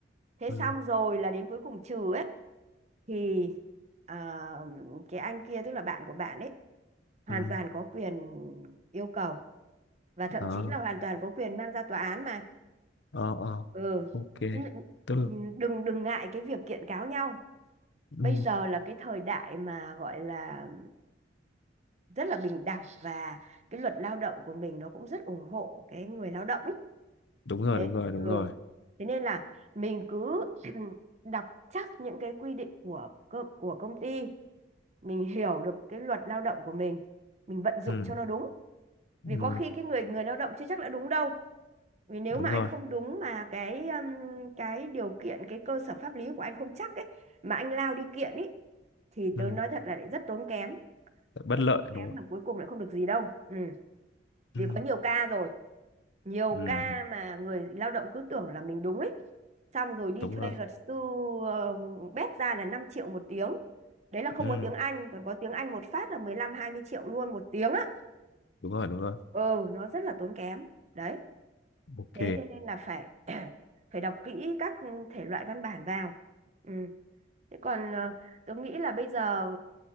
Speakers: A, on the right (about 40°); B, on the left (about 65°).
A: Thế
B: ừ
A: xong rồi là đến cuối cùng trừ ấy thì ờ, cái anh kia tức là bạn của bạn ấy hoàn
B: ừ
A: toàn có quyền yêu cầu và thậm
B: đó
A: chí là hoàn toàn có quyền mang ra tòa án mà.
B: ờ ờ
A: Ừ.
B: ok
A: N-
B: tức là
A: n- Đừng đừng ngại cái việc kiện cáo nhau.
B: ừ
A: Bây giờ là cái thời đại mà gọi là rất là bình đẳng và cái luật lao động của mình nó cũng rất ủng hộ cái người lao động ý.
B: đúng rồi
A: Thế,
B: đúng rồi đúng
A: ừ.
B: rồi
A: Thế nên là mình cứ <clears throat> đọc chắc những cái quy định của cơ, của công ty, mình hiểu được cái luật lao động của mình, mình vận dụng
B: ừ
A: cho nó đúng. Vì
B: ừ
A: có khi cái người người lao động chưa chắc đã đúng đâu. Vì nếu
B: đúng
A: mà anh
B: rồi
A: không đúng mà cái um, cái điều kiện cái cơ sở pháp lý của anh không chắc ấy mà anh lao đi kiện ấy thì
B: ừ
A: tớ nói thật là lại rất tốn kém,
B: bất
A: rất
B: lợi
A: tốn kém
B: đúng không
A: là cuối cùng lại không được gì đâu. Ừ vì
B: ừ
A: có nhiều ca rồi nhiều
B: ừ
A: ca mà người lao động cứ tưởng là mình đúng ấy xong rồi đi
B: đúng
A: thuê
B: rồi
A: luật sư ờ, bét ra là 5 triệu một tiếng đấy là không
B: ừ
A: có tiếng Anh còn có tiếng Anh một phát là mười lăm hai mươi triệu luôn một tiếng á
B: đúng rồi đúng rồi
A: ừ nó rất là tốn kém đấy
B: ok
A: thế thế nên là phải <clears throat> phải đọc kỹ các ừ, thể loại văn bản vào ừ. Thế còn ờ, tớ nghĩ là bây giờ